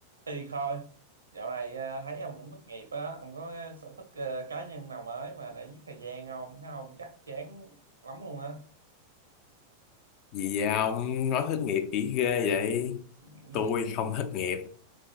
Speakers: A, on the right (about 75°); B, on the left (about 40°).
A: Thì thôi, dạo này à, thấy ông cũng thất nghiệp á, ông có sở thích à, cá nhân nào mới mà để giết thời gian không? Thấy ông chắc chán lắm luôn á.
B: Gì vậy ông nói thất nghiệp kỹ ghê vậy?
A: Suy nghĩ cái
B: Tôi
A: gì?
B: không thất nghiệp,